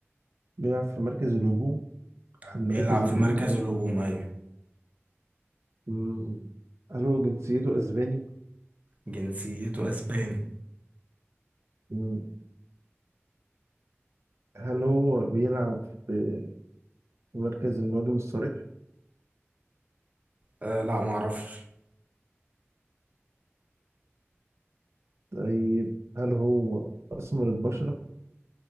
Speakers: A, on the right; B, on the right.
A: بيلعب في مركز الهجوم أحد مراكز
B: بيلعب
A: الهجوم
B: في مركز
A: يعني
B: الهجوم أيوة
A: مم. هل هو جنسيته أسباني؟
B: جنسيته أسباني
A: مم. هل هو بيلعب في في مركز المهاجم الصريح؟
B: آه لا ما أعرفش
A: طيب هل هو أسمر البشرة؟